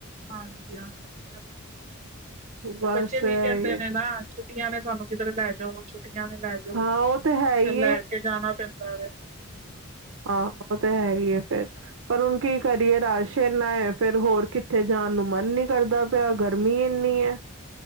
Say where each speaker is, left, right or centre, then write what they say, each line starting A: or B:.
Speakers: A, on the right; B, on the right.
A: ਹਾਂਜੀ ਹਾਂਜੀ ਤੇ
B: ਬਸ
A: ਬੱਚੇ
B: ਹੈ
A: ਵੀ ਕਹਿੰਦੇ
B: ਹੀ ਹੈ।
A: ਨੇ ਨਾ ਛੁੱਟੀਆਂ ਨੇ ਸਾਨੂੰ ਕਿਧਰੇ ਲੈ ਜਾਓ ਛੁੱਟੀਆਂ ਵੀ ਲੈ ਜਾਓ
B: ਹਾਂ
A: ਫ਼ੇਰ
B: ਉਹ ਤੇ ਹੈ ਹੀ
A: ਲੈ ਕੇ ਜਾਣਾ ਪੈਂਦਾ ਹੈ
B: ਆਹ ਉਹ ਤਾਂ ਹੈ ਫਿਰ ਪਰ ਹੁਣ ਕੀ ਕਰੀਏ ਰਸ਼ ਇੰਨਾ ਹੈ ਫੇਿਰ ਹੋਰ ਕਿੱਥੇ ਜਾਣ ਨੂੰ ਮਨ ਨੀ ਕਰਦਾ ਗਰਮੀ ਇੰਨੀ ਹੈ